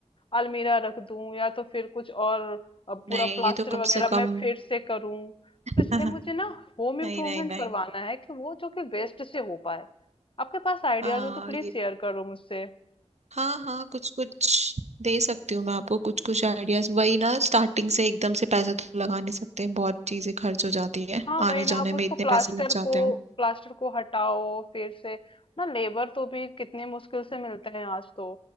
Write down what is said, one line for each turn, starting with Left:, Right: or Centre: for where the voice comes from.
Left: अलमीरा रख दूं या तो फिर कुछ और अ, पूरा
Right: नहीं
Left: प्लास्टर
Right: ये तो
Left: वगैरह
Right: कम से कम
Left: मैं फिर से करूं
Right: <laughs>
Left: तो इसलिए मुझे ना होम इम्प्रूवमेंट
Right: नहीं नहीं नहीं
Left: करवाना है कि वो जो कि वेस्ट से हो पाए आपके पास आइडियाज
Right: हाँ
Left: हो तो प्लीज
Right: ये
Left: शेयर करो मुझसे
Right: हाँ हाँ कुछ कुछ दे सकती हूँ मैं आपको कुछ कुछ आइडियाज वही ना स्टार्टिंग से एकदम से पैसा तो लगा नहीं सकते बहुत चीजें खर्च हो जाती है
Left: हाँ वही
Right: आने
Left: ना
Right: जाने
Left: आप उसको
Right: में इतने
Left: प्लास्टर
Right: पैसे लग जाते
Left: को
Right: हैं
Left: प्लास्टर को हटाओ फिर से ना लेबर तो भी कितने मुश्किल से मिलते हैं आज तो